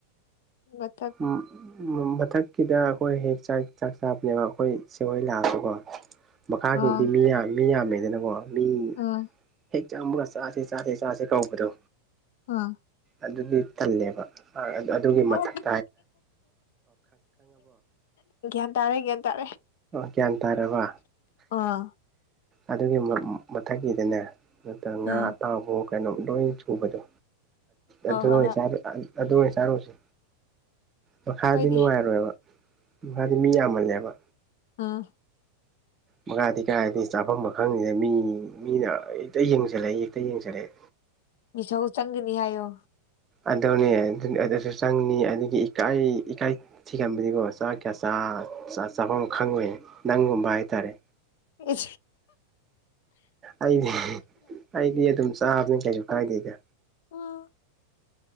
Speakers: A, on the left (about 55°); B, on the right (about 25°).
A: ꯎ
B: ꯎꯝ ꯎ ꯊꯥꯏ ꯀꯗ ꯑꯩꯈꯣꯏ ꯍꯦꯛ ꯆꯥꯛ ꯆꯥꯛ ꯆꯥꯕꯅꯦꯕ ꯑꯩꯈꯣꯏ ꯁꯦꯡꯒꯣꯏ ꯂꯥꯛꯑꯁꯨꯀꯣ ꯃꯈꯥꯒꯤꯗꯤ
A: ꯑꯥ
B: ꯃꯤꯌꯥ ꯃꯤ ꯌꯥꯝꯃꯦꯗꯅꯀꯣ ꯃꯤ
A: ꯑꯥ
B: ꯍꯦꯛ ꯆꯪꯃꯒ ꯆꯥꯁꯦ ꯆꯥꯁꯦ ꯆꯥꯁꯦ ꯀꯧꯕꯗꯣ
A: ꯑꯣ
B: ꯑꯗꯨꯗꯤ ꯇꯜꯂꯦꯕ ꯑꯗꯨꯒꯤ
A: ꯑꯣ
B: ꯃꯊꯛ
A: ꯒ꯭ꯌꯥꯟ ꯇꯥꯔꯦ ꯒ꯭ꯌꯥꯟ ꯇꯥꯔꯦ
B: ꯒ꯭ꯌꯥꯟ ꯇꯥꯔꯕ
A: ꯑꯥ
B: ꯑꯗꯨꯒꯤ ꯃꯊꯛꯀꯤꯗꯅꯦ ꯅꯠꯇ꯭ꯔꯒ ꯉꯥ
A: ꯑꯥ
B: ꯑꯇꯥꯎꯕ ꯀꯩꯅꯣꯝ ꯂꯣꯏ ꯁꯨꯕꯗꯣ ꯑꯗꯨꯅꯥ
A: ꯑꯣ ꯍꯣꯏ ꯍꯣꯏ
B: ꯑꯗꯨ ꯑꯣꯏꯅ ꯆꯥꯔꯨꯁꯦ ꯃꯈꯥꯗꯤ
A: ꯍꯣꯏꯅꯦ
B: ꯅꯨꯡꯉꯥꯏꯔꯣꯏꯕ ꯗꯤ ꯃꯤ ꯌꯥꯝꯃꯜꯂꯦꯕ
A: ꯑꯥ
B: ꯃꯈꯥꯗꯤ ꯀꯥꯏꯔꯗꯤ ꯆꯥꯐꯝ ꯃꯈ ꯈꯪꯅꯤꯅ ꯃꯤ ꯃꯤꯅ ꯍꯦꯛꯇ ꯌꯦꯡꯁꯤꯜꯂꯛꯑꯦ ꯍꯦꯛꯇ ꯌꯦꯡꯁꯤꯜꯂꯛꯑꯦ
A: ꯃꯤꯁ ꯆꯪꯒꯅꯤ ꯍꯥꯏꯌꯣ
B: ꯑꯗꯨꯗꯧꯅꯦ ꯑꯗꯨꯁꯨ ꯆꯪꯅꯤ ꯑꯗꯨꯒꯤ ꯏꯀꯥꯏ ꯏꯀꯥꯏ ꯊꯤꯒꯕꯅꯤꯀꯣ ꯆꯥꯛ ꯀꯌꯥ ꯆꯥꯐꯝ ꯈꯪꯉꯨ ꯅꯪꯒꯨꯝꯕ ꯍꯥꯏꯇꯥꯔꯦ
A: ꯑ
B: ꯑꯩꯗꯤ ꯑꯩꯗꯤ ꯑꯗꯨꯝ ꯆꯥꯕꯅꯤ ꯀꯩꯁꯨ ꯀꯥꯏꯗꯦꯗ
A: ꯎ